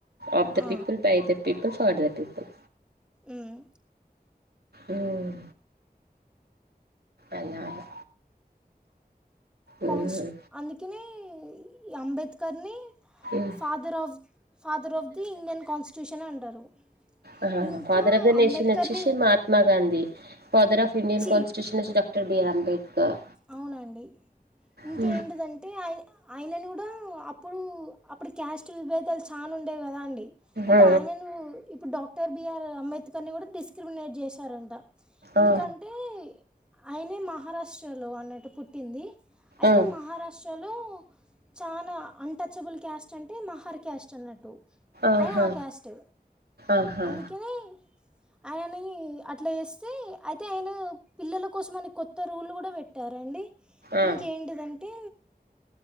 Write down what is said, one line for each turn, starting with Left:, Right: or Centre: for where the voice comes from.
Right: ఆఫ్ the
Centre: ఆ,
Right: people by the people for the people
Centre: uh
Right: um, అలా అలా
Centre: కాన్స్
Right: ఉమ్,
Centre: అందుకనే ఈ అంబేద్కర్ని
Right: um.
Centre: Father of father of the Indian constitution అంటారు
Right: ఆ హా హా
Centre: ఇంకా
Right: ఫాదర్ ఆఫ్ ద నేషన్
Centre: అంబేద్కర్ని
Right: వచ్చేషి మహాత్మాగాంధీ ఫాదర్ ఆఫ్ ఇండియన్
Centre: చీ
Right: కాన్స్టిట్యూషన్ ఒచ్చేసి డాక్టర్ బీ ఆర్ అంబేద్కర్
Centre: అవునండి ఇంకేంటిదంటే
Right: హ్మ్.
Centre: ఆయి ఆయనని కూడా అప్పుడు అప్పుడు క్యాస్ట్ విభేదాలు చానా ఉండేవి కదా అండి అయితే
Right: ఆ!
Centre: ఆయనను ఇప్పుడు డాక్టర్ బిఆర్ అంబేద్కర్ ని కూడా డిస్క్రిమినేట్ చేశారంట ఎందుకంటే
Right: ఆ!
Centre: ఆయనే మహారాష్ట్రలో అన్నట్టు పుట్టింది అయితే
Right: ఆ! ఆ!
Centre: మహారాష్ట్ర లో లో చాలా అన్టచ్బుల్ క్యాస్ట్ అంటే మహర్ క్యాస్ట్ అన్నట్టు
Right: ఆహా!
Centre: అయిన ఆ క్యాస్ట్
Right: ఆహా!
Centre: అందుకని ఆయనని అట్లా చేస్తే అయితే ఆయన పిల్లల కోసం అని కొత్త రూళ్లు కూ డా పెట్టారండి
Right: ఆ!
Centre: ఇంకేంటిదంటే